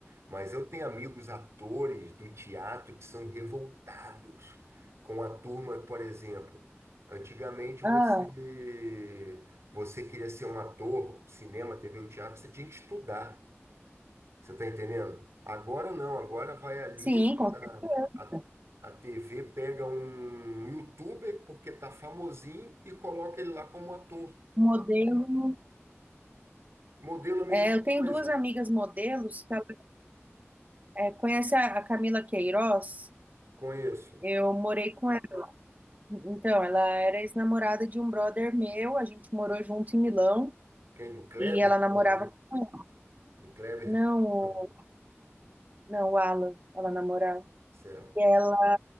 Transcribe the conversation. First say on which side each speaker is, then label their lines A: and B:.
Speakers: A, on the right; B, on the right.
A: mas eu tenho amigos atores do teatro que são revoltados com a turma, por exemplo. Antigamente você
B: Ah,
A: você queria ser um ator, cinema, TV ou teatro, você tinha que estudar. Você está entendendo? Agora não, agora vai ali,
B: sim, com
A: a,
B: certeza.
A: a, a TV pega um youtuber, porque tá famosinho, e coloca ele lá como ator.
B: Modelo.
A: Modelo a mesma
B: É, eu tenho
A: coisa.
B: duas amigas modelos que ela, é, conhece a, a Camila Queiroz?
A: Conheço.
B: Eu morei com ela. Então, ela era ex-namorada de um brother meu, a gente morou junto em Milão.
A: Quem? Do Kleber?
B: E ela namorava
A: Não, né?
B: com ele.
A: Do Kleber
B: Não,
A: Toledo?
B: o-
A: Não.
B: não, o Alan, ela namorava.
A: Certo.
B: E ela